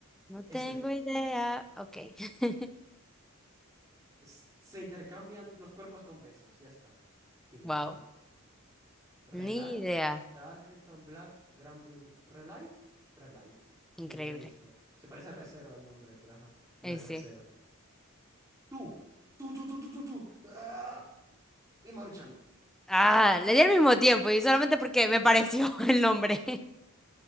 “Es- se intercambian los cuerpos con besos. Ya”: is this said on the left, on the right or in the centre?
Right